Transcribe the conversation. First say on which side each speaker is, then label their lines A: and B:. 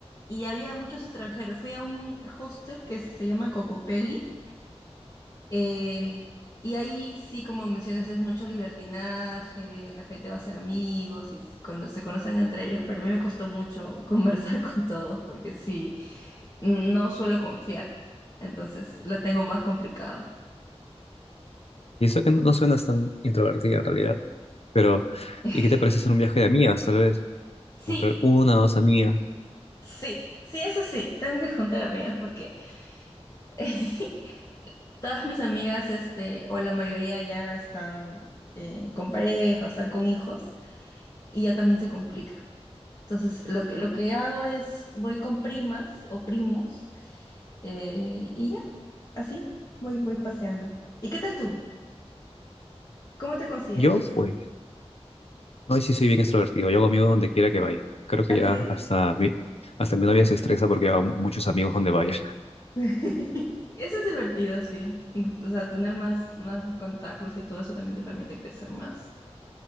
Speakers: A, on the left (about 35°); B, on the left (about 65°).
A: y había muchos extranjeros. Fui a un hostel que se llama Cocopelli, eh, y ahí sí, como mencionas, es mucho libertinaje, la gente va a ser amigos y s- cono- se conocen entre ellos, pero a mí me costó mucho <laughs> conversar con todos porque sí, no suelo confiar, entonces la tengo más complicado.
B: Y eso que no, no suenas tan introvertida en realidad. Pero,
A: <laughs>
B: ¿y qué te parece hacer un viaje de amigas, tal vez?
A: Sí,
B: Encontrar una o dos amigas.
A: sí, sí, eso sí, tengo que juntar amigas porque <laughs> todas mis amigas, este, o la mayoría ya están eh, con pareja, o están con hijos y ya también se complica. Entonces, lo que, lo que hago es, voy con primas o primos eh, y ya, así, voy, voy paseando. ¿Y qué tal tú? ¿Cómo te consideras?
B: Yo, pues, no, sí soy bien extrovertido. Yo hago amigos donde quiera que vaya. Creo que
A: ¿Así?
B: ya hasta mi, hasta mi novia se estresa porque hago muchos amigos donde vaya. <laughs>
A: <laughs> Eso es divertido, sí. Y, o sea, tener más, más contactos y todo eso también te permite crecer más.